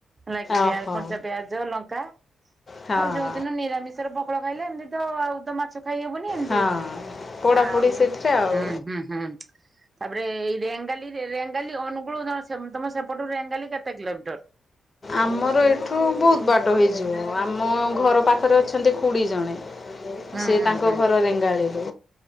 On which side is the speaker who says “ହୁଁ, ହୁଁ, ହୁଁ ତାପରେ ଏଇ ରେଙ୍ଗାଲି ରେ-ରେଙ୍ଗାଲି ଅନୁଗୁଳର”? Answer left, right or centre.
Right